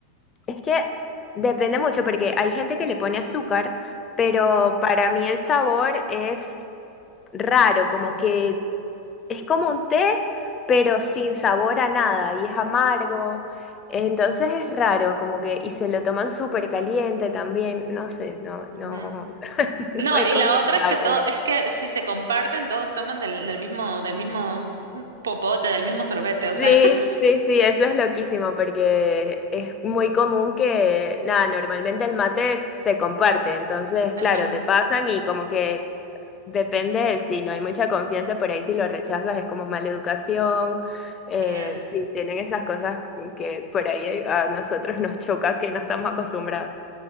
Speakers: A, on the left (about 25°); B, on the right (about 65°).
A: es que depende mucho, porque hay gente que le pone azúcar, pero para mí el sabor es raro, como que Es como un té, pero sin sabor a nada y es amargo. Entonces es raro, como que, y se lo toman súper caliente también, no sé, no,
B: Ujú.
A: no, <laughs> no
B: No,
A: he
B: y
A: congeniado
B: la otra es que todo,
A: con eso.
B: es que si se comparten, todos toman del, del mismo, del mismo mm, popote, del mismo sorbete,
A: Sí,
B: o sea. <laughs>
A: sí, sí, eso es loquísimo porque es muy común que, nada, normalmente el mate se comparte, entonces,
B: Ajá,
A: claro, te pasan y como que depende de si no hay mucha confianza, por ahí si lo rechazas es como mala educación, eh,
B: claro.
A: sí, tienen esas cosas que por ahí a nosotros nos choca que no estamos acostumbrados.